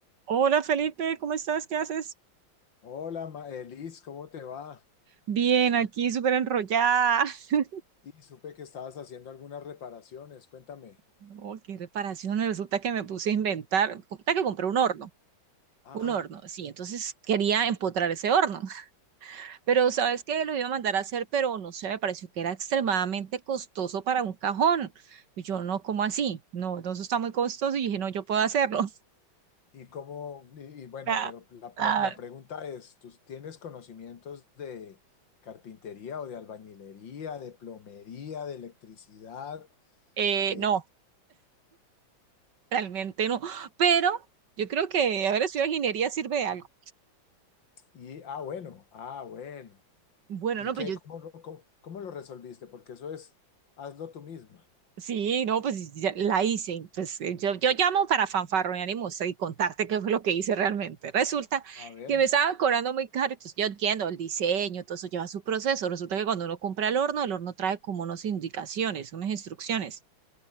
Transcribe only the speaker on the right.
Hola Felipe, ¿cómo estás? ¿Qué haces?
Bien, aquí súper enrollada. <laughs>
No, qué reparaciones. Resulta que me puse a inventar. Resulta que compré un horno.
Un horno, sí. Entonces quería empotrar ese horno. <laughs> Pero sabes que lo iba a mandar a hacer, pero no sé, me pareció que era extremadamente costoso para un cajón. Y yo no, ¿cómo así? No, entonces está muy costoso. Y dije, no, yo puedo hacerlo. <laughs>
Ah,
ah,
eh,
no, realmente no. Pero yo creo que haber estudiado ingeniería sirve de algo.
Bueno,
no,
pero yo
Sí, no, pues ya la hice. Pues eh, yo, yo llamo para fanfarronear y mostrar y contarte qué fue lo que hice realmente. Resulta
que me estaban cobrando muy caro. Entonces yo entiendo el diseño, todo eso lleva su proceso. Resulta que cuando uno compra el horno, el horno trae como unas indicaciones, unas instrucciones.